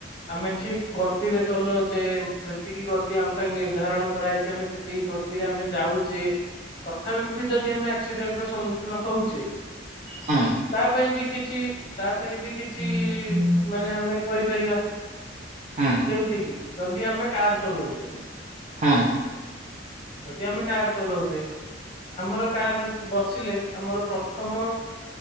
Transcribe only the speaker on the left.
ଆମେ ଠିକ ଗତିରେ ଚଲଉଛେ ଯେତିକି ଗତି ଆମ ପାଇଁ ନିର୍ଦ୍ଧାରଣ କରାଯାଇଛି ଆମେ ସେଥି ଗ ଗତିରେ ଆମେ ଯାଉଛେ ତଥାପି ବି ଯଦି ଆମେ ଆକ୍ସିଡେଣ୍ଟ ର ସମ୍ମୁଖୀନ ହଉଛେ
ତା ପାଇଁ ବି କି ଛି ତା ପାଇଁ ବି କିଛି ମାନେ ଆମେ କରିପାରିବା।
ଯେମିତି କିି ଯଦି ଆମେ କାର ଚଲଉଛେ
ଯଦି ଆମେ କାର ଚଲଉଛେ ଆମର କାର ବସିଲେ ଆମର ପ୍ରଥମ